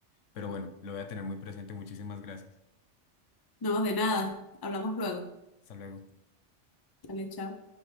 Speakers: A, on the left; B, on the left.
A: Pero bueno, lo voy a tener muy presente. Muchísimas gracias.
B: No, de nada, hablamos luego.
A: Hasta luego.
B: Dale, chao.